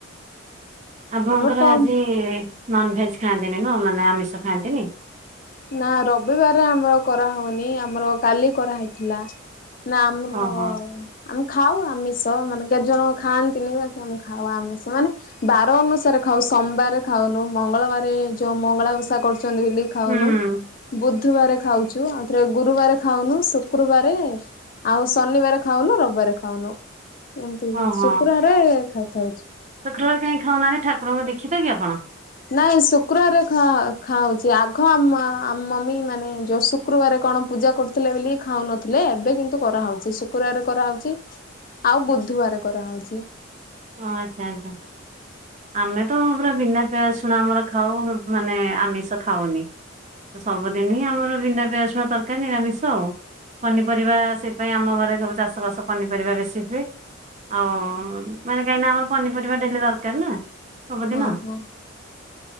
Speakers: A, on the right (about 35°); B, on the left (about 45°).
A: ଆପଣଙ୍କର
B: ଆମର କମ୍
A: ଆଜି ନନଭେଜ୍ ଖାଆନ୍ତିନି ନୁହଁ ମାନେ ଆମିଷ ଖାଆନ୍ତିନି?
B: ନା ରବିବାର ଆମର କରାହୋଉନି ଆମର କାଲି କରାହେଇଥିଲା। ନା ଆମର
A: ଓହୋ
B: ଆମେ ଖାଉ ଆମିଷ ମାନେ କେତେ ଜଣ ଖାଆନ୍ତିନି ବାକେ ଆମେ ଖାଉ ଆମିଷ ମାନେ ବାର ଅନୁସାରେ ଖାଉ। ସୋମବାର ଖାଉନୁ ମଙ୍ଗଳବାର ଯୋଉ ମଙ୍ଗଳା ଓସା କରୁଛନ୍ତି ବୋଲି ଖାଉନୁ
A: ହୁଁ ହୁଁ
B: ବୁଧୁବାର ଖାଉଛୁ। ଆଉଥରେ ଗୁରୁବାର ଖାଉନୁ ଶୁକ୍ରବାରେ ଆଉ ଶନିବାର ଖାଉନୁ ରବିବାରେ ଖାଉନୁ ଏମିତି
A: ଓହୋ
B: ଶୁକ୍ରବାରେ ଖାଇଥାଉଛୁ।
A: ଶୁକ୍ରବାର କାଇଁ ଖାଉନାହାଁନ୍ତି ଠାକୁରଙ୍କ ଦିଖିତକି ଆପଣ?
B: ନାଇଁ ଶୁକ୍ରବାର ଗଖାଉଛି ଆଗ ଆମ ଆମ ମମି ମାନେ ଯୋଉ ଶ କ୍ରୁ ବାରେ କଣ ପୂଜା କରୁଥିଲେ ବୋଲି ଖାଉନଥିଲେ, ଏବେ କିନ୍ତୁ କରାହଉଚି ଶୁକ୍ରବାରେ କରାହଉଚି ଆଉ ବୁଧବାରେ କରାହଉଛି।
A: ଓ ଆଚ୍ଛା ଆଚ୍ଛା। ଆମେ ତ ପୁରା ବିନା ପିଆ ରଶୁଣ ଆମର ଖାଉ ମାନେ ଆମିଷ ଖାଉନି। ସବୁଦିନି ଆମର ବିନା ପିଆ ରସୁଣ ତର୍କାରୀ ନିରାମିଷ ଆଉ। ପନିପରିବା ସେପାଇଁ ଆମ ଘରେ ସବୁ ଚାଷ ବାସ ପନିପରିବା ବେଶୀ ହୁଏ। ଆଉ-ଉ ମାନେ କାହିଁନା ଆମର ପନିପରିବା ଡେଲି ଦରକାର ନା ସବୁଦିନ।
B: ହଁ ହଁ